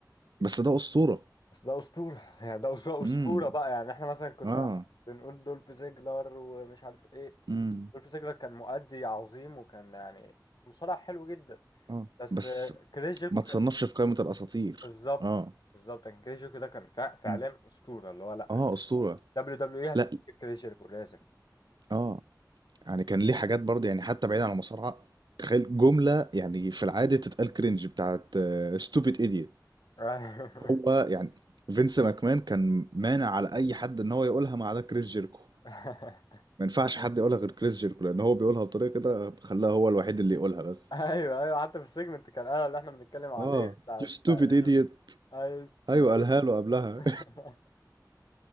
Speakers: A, on the right; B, on the left.
A: بس ده أسطورة
B: بس ده أسطورة <laughs> يعني ده أسطورة
A: امم
B: أسطورة بقى يعني إحنا مثلا كنا
A: اه
B: بنقول دولف زيجلر ومش عارف إيه
A: امم
B: دولف زيجلر كان مؤدي عظيم وكان يعني مصارع حلو جدا
A: اه
B: بس
A: بس
B: آه، كريس جيركو
A: ما
B: كان
A: تصنفش
B: أسطورة
A: في قائمة الأساطير
B: بالظبط
A: اه
B: بالظبط كان كريس جيركو ده كان فع- فعلا
A: مم.
B: أسطورة اللي هو لا
A: اه أسطورة
B: دبليو دبليو إيه هتفتكر
A: لا
B: كريس جيركو لازم
A: اه يعني كان ليه حاجات برضه يعني حتى بعيد عن المصارعة تخيل جملة يعني في العادة تتقال كرنج بتاعت ستوبيد ايديوت
B: <laughs>
A: هو يعني فينس ماكمان كان مانع على أي حد إن هو يقولها ما عدا كريس جيركو
B: <laughs>
A: ما ينفعش حد يقولها غير كريس جيركو لأن هو بيقولها بطريقة كده خلاها هو الوحيد اللي يقولها بس
B: ايوه ايوه حتى في السيجمنت كان انا اللي احنا بنتكلم عليه
A: اه
B: بتاع
A: يو
B: بتاع
A: ستوبيد
B: ايش
A: ايديوت
B: اي ستوبيد
A: أيوه قالها له قبلها
B: <laughs>
A: <laughs>